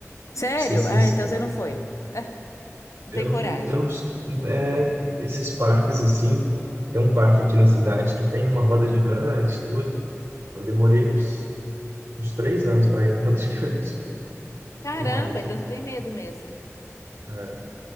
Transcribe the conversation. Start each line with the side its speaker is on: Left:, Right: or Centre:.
Left: sério?
Right: ser sincero.
Left: Ah, então você não foi. Ah, não
Right: Eu,
Left: tem coragem.
Right: eu, né, esses parques assim, tem um parque aqui na cidade que tem uma roda gigante, tudo. Eu demorei uns, uns três anos para ir na roda <laughs> gigante,
Left: Caramba,
Right: até mais,
Left: então
Right: viu?
Left: você tem medo mesmo.
Right: É,